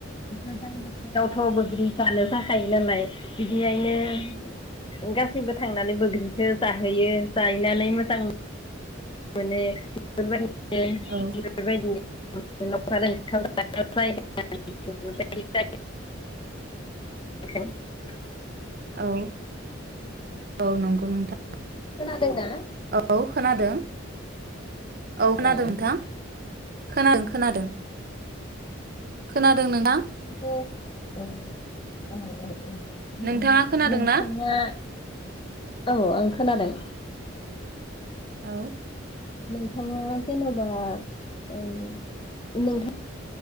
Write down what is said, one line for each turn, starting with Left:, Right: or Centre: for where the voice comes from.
Left: मोजां बोसोरावथ' बैग्रि जानो थाखाय नालाय बिदिहायनो गासैबो थांनानै बग्रिखौ जाहोयो जाहनानै मोजां मोनो
Right: औ
Left: बैफोरबायदि बेबायदि <unintelligible>
Right: औ ओ औ नंगौ नोंथां
Left: खोनादों ना?
Right: औ खोनादों औ खोनादों
Left: ओ
Right: नोंथां खोनादों खोनादों खोनादों नोंथां?
Left: दे उम उम उम
Right: नोंथाङा खोनादों
Left: नोंथाङा
Right: ना?
Left: औ आं खोनादों
Right: औ
Left: नोंथाङा जेन'बा ओम नोंथां